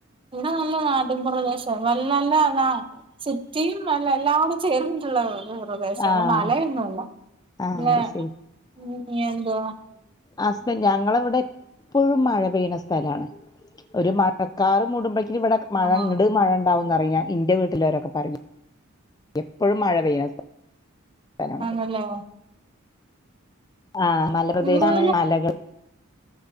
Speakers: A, on the right (about 25°); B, on the left (about 20°).
A: ഇവിട നല്ല നാട്ടിൻ പ്രദേശവാ നല്ല നല്ല നാ സിറ്റിയും അല്ല എല്ലാടും ചേർന്നിട്ടുള്ള ത പ്രദേശല്ല
B: ആഹ്
A: മലയൊന്നുല്ല
B: ആഹ് അത് ശരി
A: പിന്ന എന്തുവാ?
B: ഹസ്ബൻ്റ് ഞങ്ങള ഇവിടെ എപ്പോഴും മഴ പെയ്യണ സ്ഥലാണ്. ഒരു മഴക്കാർ മൂടുമ്പോഴേക്കും ഇവിടെ മഴ
A: ആഹ്
B: ഇങ്ങിട് മഴ ഉണ്ടാവുംന്ന്റിയില്ല ഇന്റെ വീട്ടിലോരൊക്കെ പറയു എപ്പോഴും മഴ പെയ്യു സ്ഥലാണ്
A: ആണല്ലേ
B: ഇവിടേ ആഹ് മലപ്രദേശാണ്
A: ഇവിടെ പിന്നെ
B: മലകൾ